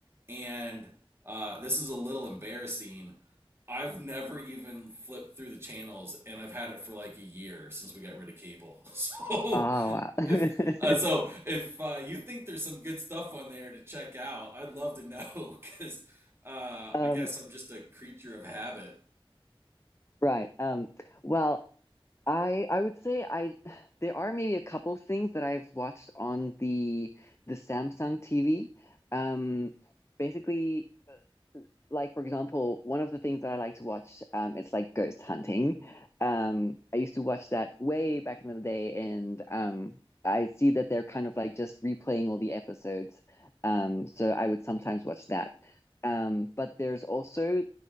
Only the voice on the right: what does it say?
and uh, this is a little embarrassing. I've never even flipped through the channels, and I've had it for like a year since we got rid of cable. <laughs>
So if uh, so, if uh, you think there's some good stuff on there to check out, I'd love to know <laughs> because uh,
I guess I'm just a creature of habit.